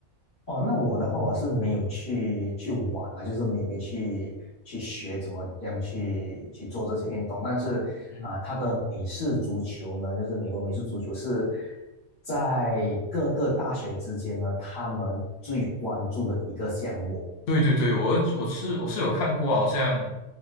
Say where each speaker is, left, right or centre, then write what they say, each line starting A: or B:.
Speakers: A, on the left; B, on the left.
A: 哦，那我的话，我是没有去去玩啊，就是没没去去学怎么样去去做这些运动。但是啊、
B: 嗯，
A: 它的美式足球呢，就是美国美式足球是在各个大学之间呢，他们最关注的一个项目。
B: 对对对，我我是我是有看过，好像。